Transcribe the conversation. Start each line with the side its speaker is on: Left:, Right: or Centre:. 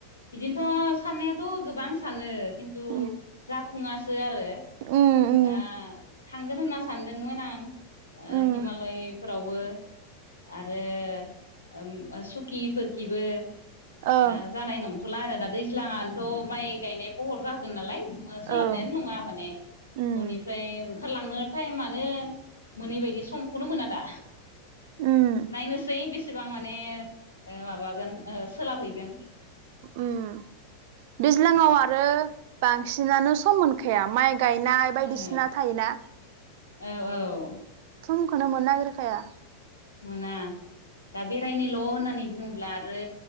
Left: बिदिनोथ' साननायाथ' गोबां सानो खिन्थु
Right: उम
Left: जा फुङासो आरो
Right: उम उम
Left: दा थांगोन होनना सानदोंमोन आं ओ
Right: उम
Left: हिमालयफोरावबो आरो ओम सुकिफोरखिबो‌
Right: ओं
Left: दा जानाय नंथ'ला आरो दा दैज्लाङानोथ' माइ गायनाय बहर जागोन नालाय ओ सोलाबनायानो
Right: ओं
Left: नङा माने
Right: उम
Left: न'निफ्राय ओं खारलांनो टाइमानो मोनैबायदि समखौनो मोना दा
Right: उम
Left: नायनोसै बे सेबां माने ओ माबागोन ओ सोलाबहैगोन <inaudible>
Right: उम दैज्लाङाव आरो बांसिनानो सम मोनखाया माइ गायनाय बायदिसिना
Left: ओ
Right: थायोना
Left: औ औ
Right: समखौनो मोननो नागिरखाया
Left: मोना दा बेरायनोल' होननानै बुङोब्ला आरो